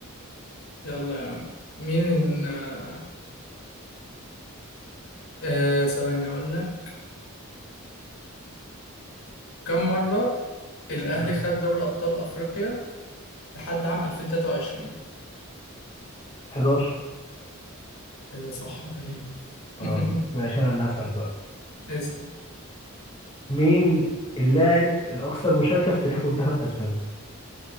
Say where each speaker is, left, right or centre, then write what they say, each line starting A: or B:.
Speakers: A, on the left (about 80°); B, on the left (about 30°).
A: يلا يا عم مين آه آه، ثواني اقول لك كم مرة الأهلي
B: اه
A: خد دوري أبطال أفريقيا لحد عام 2023
B: 11
A: إيه ده صح غريبة
B: اه
A: <laughs>
B: ماشي انا اللي هسأل بقى
A: اسأل
B: مين اللاعب الاكثر مشاركة في تاريخ منتخب اسبانيا